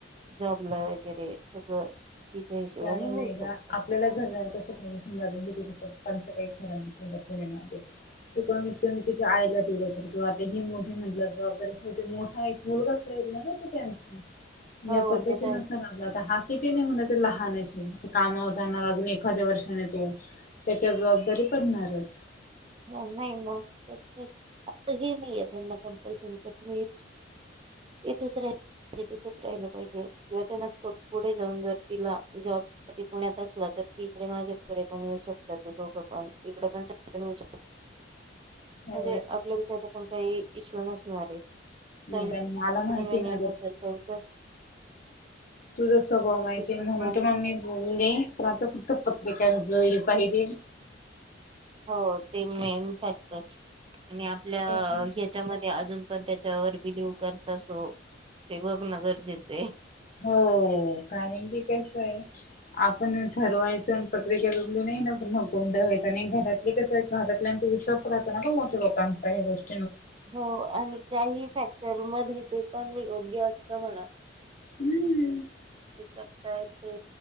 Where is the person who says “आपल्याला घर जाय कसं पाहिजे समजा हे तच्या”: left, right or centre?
Left